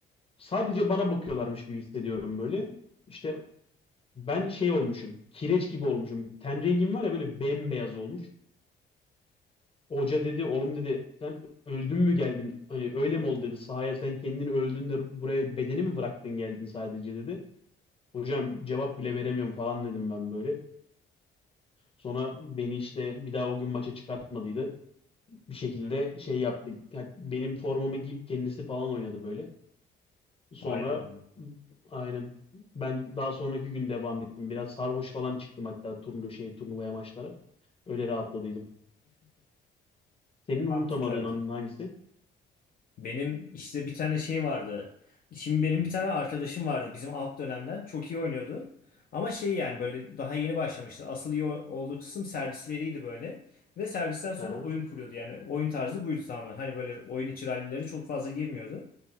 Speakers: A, on the left (about 30°); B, on the left (about 45°).
A: Sadece bana bakıyorlarmış gibi hissediyorum böyle. İşte ben şey olmuşum. Kireç gibi olmuşum. Ten rengim var ya böyle bembeyaz olmuş. Hoca dedi oğlum dedi sen öldün mü geldin? Hani öyle mi oldu dedi. Sahaya sen kendin öldün de buraya bedeni mi bıraktın geldin sadece dedi. Hocam cevap bile veremiyorum falan dedim ben böyle. Sonra beni işte bir daha o gün maça çıkartmadıydı. bir şekilde
B: Aha.
A: şey yaptı. Yani benim formamı giyip kendisi falan oynadı böyle. Sonra
B: Hayda.
A: aynen ben daha sonraki gün devam ettim. Biraz sarhoş falan çıktım hatta turnu şey turnuvaya maçlara. Öyle rahatladıydım. Senin unutamadığın
B: Mantıklı hareket.
A: anın hangisi?
B: Benim işte bir tane şey vardı. Şimdi benim bir tane arkadaşım vardı bizim alt dönemden. Çok iyi oynuyordu. Ama şey yani böyle daha yeni başlamıştı. Asıl iyi o- olduğu kısım servisleriydi böyle. Ve servisten sonra
A: Aha,
B: oyun kuruyordu. Yani oyun tarzı buydu tamamen. Hani böyle oyun içi rallilere çok fazla girmiyordu.